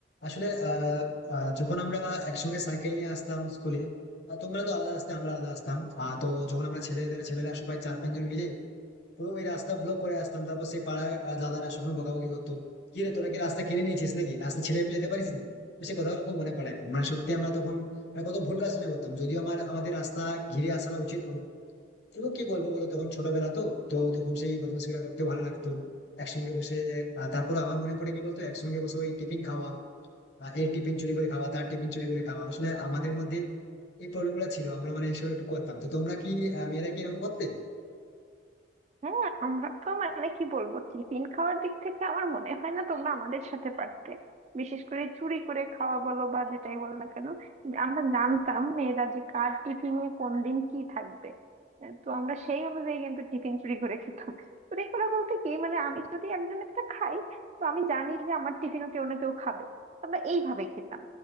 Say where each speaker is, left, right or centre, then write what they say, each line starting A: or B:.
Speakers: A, on the left; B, on the right.
A: আসলে আহ, আহ, যখন আমরা একসঙ্গে সাইকেল নিয়ে আসতাম স্কুলে আহ, তোমরা তো আলাদা আসতে আমরা আলাদা আসতাম আহ, তো যখন আমরা ছেলেদের ছেলেরা সবাই চার পাঁচজন মিলে পুরো ওই রাস্তা ব্লক করে আসতাম তারপর সেই পাড়ায় আহ, দাদারা সবসময় বকাবকি করতো কি রে তোরা কি রাস্তা কিনে নিয়েছিস নাকি রাস্তা ছেড়ে ফেলে যেতে পারিস না তো সে কথাগুলো খুব মনে পড়ে এখন। মানে সত্যি আমরা তখন মানে কত ভুল কাজ করতাম যদিও আমার আমাদের রাস্তা ঘিরে আসাটা উচিত হতো এগুলো কি বলবো বলো তখন ছোটবেলা তো তো তখন সেই বদমাশি গুলো করতে ভালো লাগতো একসঙ্গে বসে আহ, তারপর আমার মনে পড়ে কি বলতো একসঙ্গে বসে ওই টিফিন খাওয়া আহ, এর টিফিন চুরি করে খাওয়া তার টিফিন চুরি করে খাওয়া আসলে আমাদের মধ্যে এই প্রবলেম গুলো ছিল আমরা মানে এইসব একটু করতাম তো তোমরা কি আহ, মেয়েরা কি এরকম করতে
B: হ্যাঁ আমরা তো মানে কি বলবো টিফিন খাওয়ার দিক থেকে আমার মনে হয় না তোমরা আমাদের সাথে পারতে বিশেষ করে চুরি করে খাওয়া বলো বা যেটাই বলো না কেন আমরা জানতাম মেয়েরা যে কার টিফিনে কোন দিন কি থাকবে আহ, তো আমরা সেই অনুযায়ী কিন্তু টিফিন চুরি করে খেতাম চুরি করে বলতে কি মানে আমি যদি একজনেরটা খাই তো আমি জানি যে আমার টিফিনও কেউ না কেউ খাবে আমরা এইভাবে খেতাম